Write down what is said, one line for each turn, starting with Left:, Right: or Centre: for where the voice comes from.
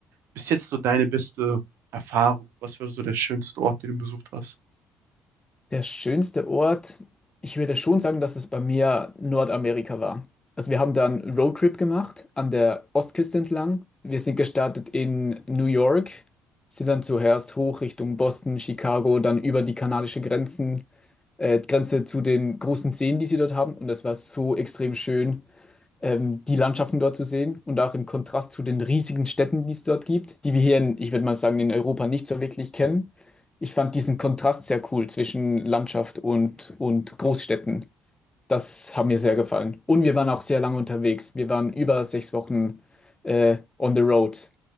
Right: bis jetzt so deine beste Erfahrung? Was war so der schönste Ort, den du besucht hast?
Left: Der schönste Ort, ich würde schon sagen, dass es bei mir Nordamerika war. Also wir haben da einen Roadtrip gemacht an der Ostküste entlang. Wir sind gestartet in New York, sind dann zuerst hoch Richtung Boston, Chicago, dann über die kanadische Grenzen, äh, Grenze zu den großen Seen, die sie dort haben. Und das war so extrem schön ähm, die Landschaften dort zu sehen und auch im Kontrast zu den riesigen Städten, die es dort gibt, die wir hier in, ich würde mal sagen, in Europa nicht so wirklich kennen. Ich fand diesen Kontrast sehr cool zwischen Landschaft und, und Großstädten. Das hat mir sehr gefallen. Und wir waren auch sehr lange unterwegs. Wir waren über sechs Wochen äh, on the road